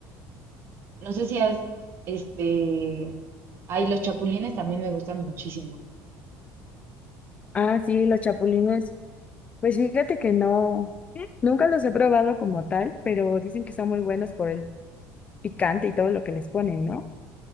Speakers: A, on the right; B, on the left.
A: no sé si has, este, ay, los chapulines también me gustan muchísimo.
B: Ah, sí, los chapulines. Pues fíjate que no, nunca los he probado como tal, pero dicen que son muy buenos por el picante y todo lo que les ponen, ¿no?